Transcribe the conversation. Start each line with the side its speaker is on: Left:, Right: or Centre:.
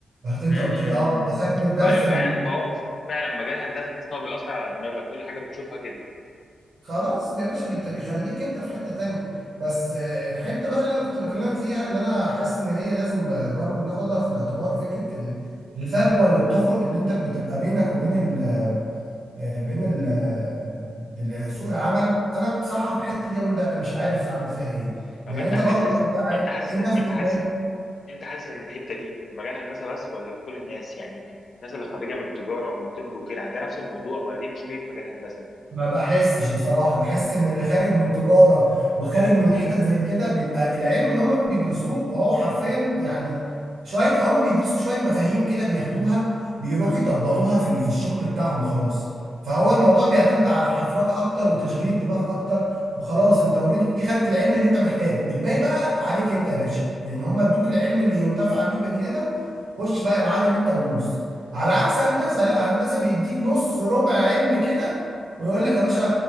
Right: رحت انت
Left: امم
Right: قلت
Left: امم
Right: لي اه
Left: إمم،
Right: انت شكل
Left: إمم.
Right: الدرس
Left: فايوه فعلا فهو فعلا مجال هندسه تحس ان هو بيأثر على دماغك كل حاجه بتشوفها كده
Right: خلاص يا باشا انت بيخليك انت في حتة تانية بس آه، الحتة بقى اللي انا كنت بكلمك فيها اللي انا حاسس ان هي لازم ب- برضه ناخدها في الاعتبار فكرة ال- الفجوة اللي بتخرج اللي انت بتبقى بينك وبين ال آه، بين ال آه، ال- سوق العمل انا بصراحة في الحتة دي يا بود مش عارف اعمل فيها ايه
Left: طب
Right: يعني
Left: انت
Right: انت
Left: حاسس
Right: برضه انت
Left: انت حاسس
Right: أنت في
Left: انت
Right: الكلية
Left: حاسس انت حاسس ان الحته دي في مجال هندسه بس ولا في كل الناس يعني الناس اللي خريجه من تجاره ومن طب وكده عندها نفس الموضوع ولا دي مشكله مجال هندسه
Right: ما بحسش بصراحة بحس ان اللي خارج من تجارة وخارج من حتت زي كده بيبقى العلم اللي هم بيدرسوه هو حرفيا يعني شوية هم بيدرسوا شوية مفاهيم كده بياخدوها بيروحوا يطبقوها في ال- في الشغل بتاعهم وخلاص فهو الموضوع بيعتمد على الحفرقة اكتر وتشغيل الدماغ اكتر وخلاص انت اوريدي خدت العلم اللي انت محتاجه الباقي بقى عليك انت يا باشا يعني هم ادوك العلم اللي ينتفع بيه بني ادم خش بقى يا معلم انت ودوس على عكس هندسة لا هندسة بيديك نص ربع علم كده ويقول لك يا باشا